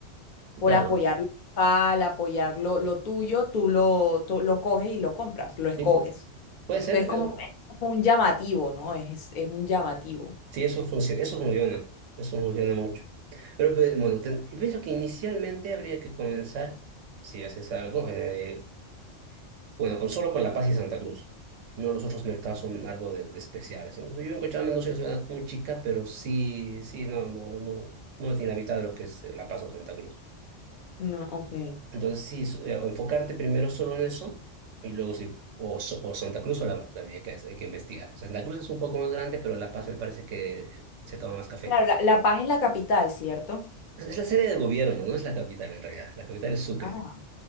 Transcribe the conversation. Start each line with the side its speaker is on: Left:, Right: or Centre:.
Left: por
Right: Claro.
Left: apoyar lo local, apoyar lo, lo tuyo, tú lo, tú lo coges y lo compras, lo escoges.
Right: Sí, pu- puede ser.
Left: Entonces, como,
Right: Eso,
Left: es como un llamativo, ¿no? Es, es un llamativo.
Right: sí, eso funciona. Eso funciona. Eso funciona mucho. Pero pues, bueno, ten- y pienso que inicialmente habría que comenzar, si haces algo. eh, Bueno, con, solo con La Paz y Santa Cruz. No, los otros mercados son algo de, de especiales. Incluso yo en Cochabamba no soy una ciudad muy chica, pero sí, sí, no, no, no, no es ni la mitad de lo que es eh, La Paz o Santa Cruz.
Left: No, ok.
Right: Entonces, sí, s- eh, o enfocarte primero solo en eso, y luego sí, o, so- o Santa Cruz o La Paz, habría que, hay que investigar. O sea, Santa Cruz es un poco más grande, pero La Paz me parece que eh, se toma más café.
Left: Claro, La, La Paz es la capital, ¿cierto?
Right: Es la sede del gobierno, no es la capital en realidad. La capital es Sucre.
Left: Ah,